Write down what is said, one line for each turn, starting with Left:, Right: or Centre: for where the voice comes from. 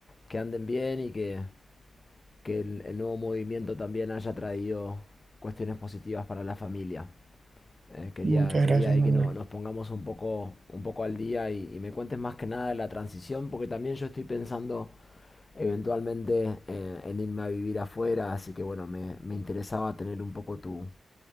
Left: que anden bien y que, que el, el nuevo movimiento también haya traído cuestiones positivas para la familia. Eh, quería,
Right: Muchas
Left: quería
Right: gracias,
Left: ahí
Right: Manuel.
Left: que no- nos pongamos un poco, un poco al día y, y me cuentes más que nada de la transición, porque también yo estoy pensando eventualmente eh, en irme a vivir afuera, así que bueno, me, me interesaba tener un poco tu,